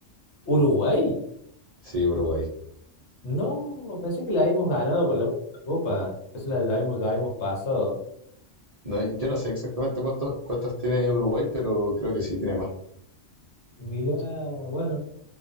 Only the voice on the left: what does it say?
¿Uruguay?
No, pensé que la habíamos ganado con la última copa. Eso la, la habíamos, la habíamos pasado.
Mirá, bueno.